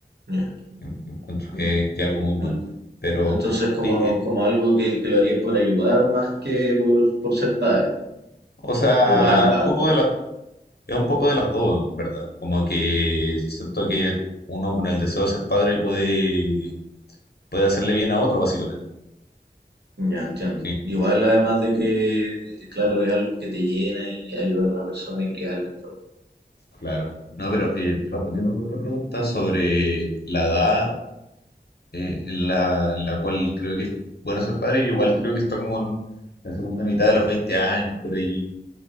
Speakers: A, on the right; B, on the left.
A: ya.
B: en- encuentro que, que es algo muy bueno.
A: L-
B: Pero
A: Entonces, como,
B: sí, eh,
A: como algo que, que lo haríais por ayudar más que por, por ser padre.
B: o sea,
A: O por ambas
B: un poco
A: un poco.
B: de la Es un poco de las dos, en ¿verdad? Como que siento que uno con el deseo de ser padre puede, puede hacerle bien a otro, básicamente.
A: Ya entiendo.
B: Sí,
A: Igual además de que, claro, es algo que te llena y ayudar a una persona y criarla y todo.
B: claro. No, pero eh, respondiendo a tu otra pregunta sobre la edad eh, en la, en la cual creo que es bueno ser padre, yo igual creo que está como en la segunda mitad de los 20 años, por ahí,